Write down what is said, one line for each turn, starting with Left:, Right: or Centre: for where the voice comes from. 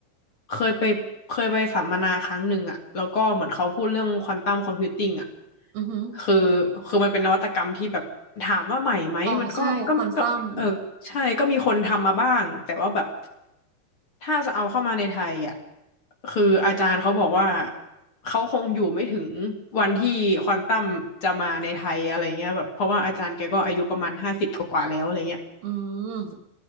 Left: เคยไปเคยไปสัมมนาครั้งหนึ่งอะแล้วก็เหมือนเขาพูดเรื่องควอนตัมคอมพิวติ้งอะ
Right: อือหือ
Left: คือคือมันเป็นนวัตกรรมที่แบบถามว่าใหม่ไหมมันก็ก็ก็เออใช่ก็มีคนทำมาบ้างแต่ว่าแบบ
Right: อ๋อใช่ควอนตัม
Left: ถ้าจะเอาเข้ามาในไทยอะคืออาจารย์เขาบอกว่าเขาคงอยู่ไม่ถึงวันที่ควอนตัมจะมาในไทยอะไรเงี้ยแบบเพราะว่าอาจารย์แกก็อายุประมาณห้าสิบกว่าๆแล้วอะไรเงี้ย
Right: อืม